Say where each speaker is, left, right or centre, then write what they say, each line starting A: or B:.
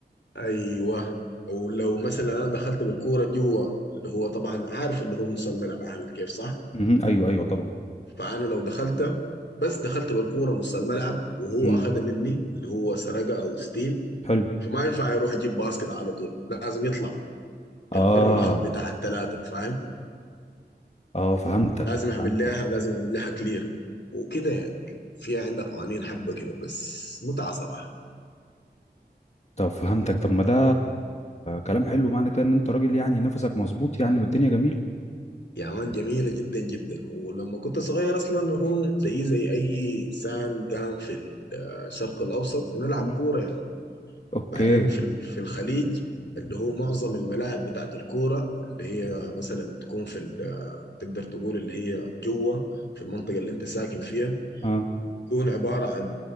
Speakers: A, on the left; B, on the left.
A: أيوه ولو مثلا أنا دخلت بالكورة جوا اللي هو طبعا عارف اللي هو نص الملعب عامل كيف صح؟
B: مهم. ايوه ايوه طبعا
A: فأنا لو دخلت بس دخلت بالكورة نص الملعب وهو
B: مم.
A: أخدها مني اللي هو سرقة أو ستيل
B: حلو
A: فما ينفع يروح يجيب باسكت على طول لازم يطلع
B: اه
A: البر الخط بتاع التلاتة فاهم؟
B: اه فهمتك
A: لازم يعمل
B: فهمتك
A: لها لازم يعمل لها كلير وكده يعني فيها عندها قوانين حبة كده بس متعة صراحة
B: طب فهمتك طب ما ده كلام حلو معنى كده ان انت راجل يعني نفسك مظبوط يعني والدنيا جميلة
A: يا مان جميلة جدا جدا ولما كنت صغير أصلا هو زي زي أي إنسان قام في الشرق الأوسط بنلعب
B: مم.
A: كورة يعني
B: اوكي
A: بعدين في ال- في الخليج اللي هو معظم الملاعب بتاعت الكورة اللي هي مثلا بتكون في ال- تقدر تقول اللي هي جوه في المنطقة اللي أنت ساكن فيها
B: اه
A: تكون عبارة عن